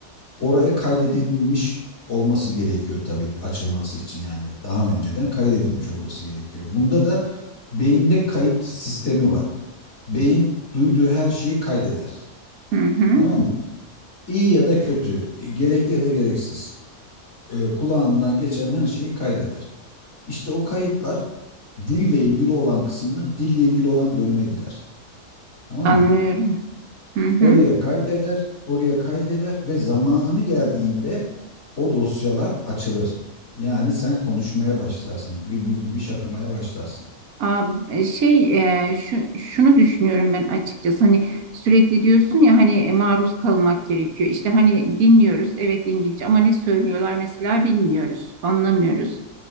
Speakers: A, on the left (about 45°); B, on the right (about 70°).
A: oraya kaydedilmiş olması gerekiyor tabii ki açılması için yani daha önceden kaydedilmiş olması gerekiyor. Bunda da Beyinde kayıt sistemi var. Beyin duyduğu her şeyi kaydeder.
B: hı hı.
A: Tamam mı? İyi ya da kötü, gerekli ya da gereksiz. e, kulağından geçen her şeyi kaydeder. İşte o kayıtlar dille ilgili olan kısımla dille ilgili olan bölüme gider. Tamam
B: Anlıyorum.
A: mı?
B: Hı hı.
A: Oraya kaydeder, oraya kaydeder ve zamanı geldiğinde o dosyalar açılır. Yani sen konuşmaya başlarsın. Bülbül gibi şakımaya başlarsın.
B: Aa, e, şey e, şu, şunu düşünüyorum ben açıkçası hani sürekli diyorsun ya hani e, maruz kalmak gerekiyor İşte hani dinliyoruz evet İngilizce ama ne söylüyorlar mesela bilmiyoruz anlamıyoruz